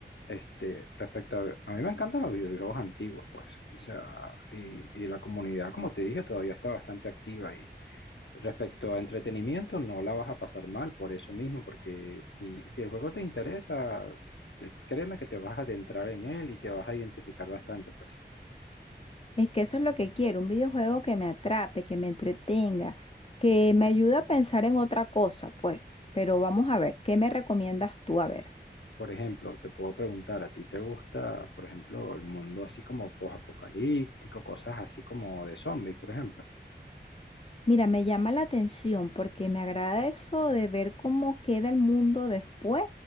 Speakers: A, on the left; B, on the left.
A: este, respecto a, a mí me encantan los videojuegos antiguos, pues, o sea, y, y la comunidad, como te dije, todavía está bastante activa y respecto a entretenimiento, no la vas a pasar mal por eso mismo, porque si, si el juego te interesa, te- créeme que te vas a adentrar en él y te vas a identificar bastante, pues.
B: Es que eso es lo que quiero, un videojuego que me atrape, que me entretenga, que me ayude a pensar en otra cosa, pues. Pero vamos a ver, ¿qué me recomiendas tú? A ver.
A: Por ejemplo, te puedo preguntar, ¿a ti te gusta, por ejemplo, el mundo así como post-apocalíptico, cosas así como de zombies, por ejemplo?
B: Mira, me llama la atención porque me agrada eso de ver cómo queda el mundo después.